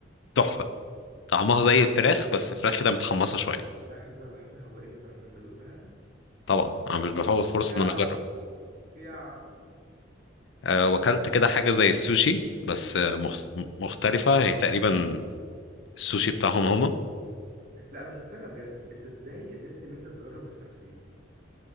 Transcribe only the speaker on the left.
تحفه طعمها زي الفراخ بس الفراخ كده متحمصه شويه
طبعا انا مش بفوت فرصه
ان انا اجرب
أه وكلت كده حاجه زي السوشي بس آه، مخت... مختلفه هي تقريبا السوشي بتاعهم هما